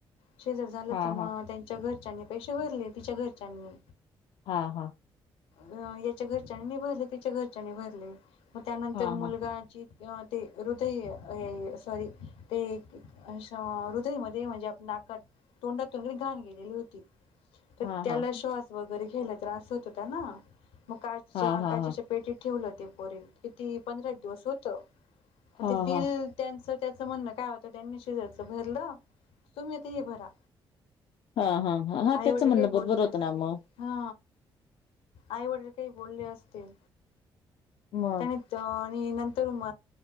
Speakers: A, on the left; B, on the left.
A: शिजर झाल
B: हा
A: तर मग
B: हा
A: त्यांच्या घरच्यांनी पैसे भरले. तिच्या घरच्यांनी.
B: हा हा
A: अ याच्या घरच्याने नि भरले. तीच्या घरच्यानी भरले. मग त्यानंतर
B: हा
A: मुलगा
B: हा
A: ज ते हृदय हे सॉरी, ते हृदयमध्ये म्हणजे नाकात तोंडातुन कणी घाण गेलेली होती. तर,
B: हा
A: त्याला
B: हा
A: श्वास वगैरे घ्यायला त्रास होत होता ना मग काच्य
B: हा हा हा
A: काचेच्या
B: हा
A: पेटीत ठेवल ते पोरे. किती पंधरा एक दिवस होत. म
B: हा
A: ते बिल
B: हा
A: त्यांच त्याच म्हणण काय होत त्यांनी शिजरच भरल. तुम्ही आता हे भरा.
B: हा हा हा, हा
A: आई
B: त्याच
A: वडील
B: म्हणण
A: काही
B: बरबर
A: बोलले
B: होत
A: अस
B: ना मग.
A: हा आईवडील काही बोलले असतील.
B: मग
A: त्याने आणि नंतर म